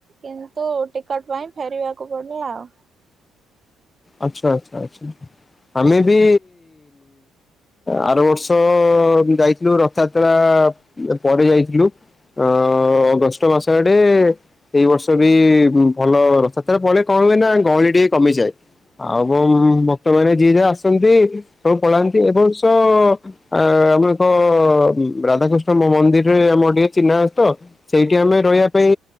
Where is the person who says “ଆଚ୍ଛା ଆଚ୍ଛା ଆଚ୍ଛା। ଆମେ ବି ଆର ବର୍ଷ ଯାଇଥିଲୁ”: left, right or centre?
Left